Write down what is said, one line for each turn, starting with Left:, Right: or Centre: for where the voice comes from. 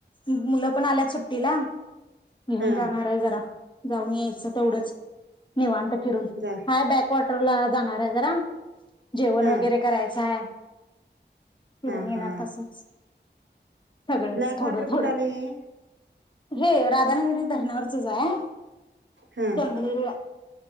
Left: मुलं पण आल्यात सुट्टीला घेऊन
Right: हा
Left: जाणार आहे जरा जाऊन यायचं तेवढंच निेवांत फिरून
Right: जा
Left: हाय बॅकवॉटरला जाणार आहे जरा जेवण
Right: हा
Left: वगैरे करायचं आहे. फिरुन
Right: हा
Left: येणार
Right: हा
Left: तसंच सगळंच
Right: ब्लॅक
Left: थोडं
Right: वॉटर
Left: थोडं
Right: कुठ आल हे
Left: हे राधानगरी धरणावरचच आहे.
Right: हा
Left: जंगल एरिया